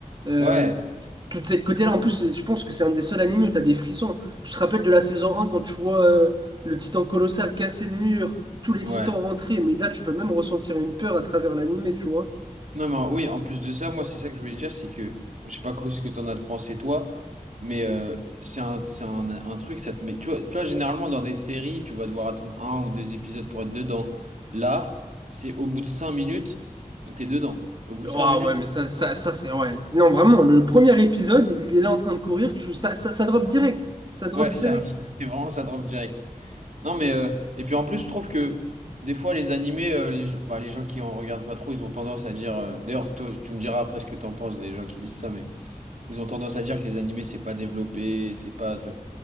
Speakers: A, on the right; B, on the right.
A: euh,
B: ouais,
A: toute cette côté-là. En plus, je pense que c'est un des seuls animés où t'as des frissons. Tu te rappelles de la saison un quand tu vois euh, le titan colossal casser le mur, tous les
B: ouais.
A: titans rentrer, mais là, tu peux même ressentir une peur à travers l'animé, tu vois.
B: Non, mais en- oui, en plus de ça, moi, c'est ça que je voulais dire, c'est que, je sais pas quoi ce que t'en as pensé, toi, mais euh, c'est un, c'est un, un truc, ça te met... Tu vois, tu vois, généralement, dans des séries, tu vas devoir attendre un ou deux épisodes pour être dedans. Là, c'est au bout de cinq minutes, t'es dedans. Au bout de cinq
A: Ah
B: minutes,
A: ouais, mais ça, ça, ça c'est ouais. Non, vraiment, le premier épisode, il est là en train de courir, tu, ça, ça, ça drop direct. Ça drop
B: ouais,
A: direct.
B: ça, <laughs> c'est vraiment, ça drop direct. Non, mais... euh, et puis, en plus, je trouve que, des fois, les animés, euh, les, bah, les gens qui en regardent pas trop, ils ont tendance à dire... euh, D'ailleurs, toi, tu me diras après ce que t'en penses des gens qui disent ça, mais... Ils ont tendance à dire que les animés, c'est pas développé, c'est pas un truc.